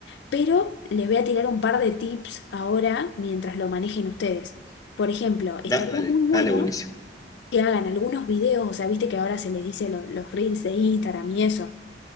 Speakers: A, on the left; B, on the left.
A: pero les voy a tirar un par de tips ahora mientras lo manejen ustedes. Por ejemplo, estaría
B: Da- Dale,
A: muy bueno
B: dale, buenísimo.
A: que hagan algunos videos, o sea, viste que ahora se les dice lo- los reels de Instagram y eso.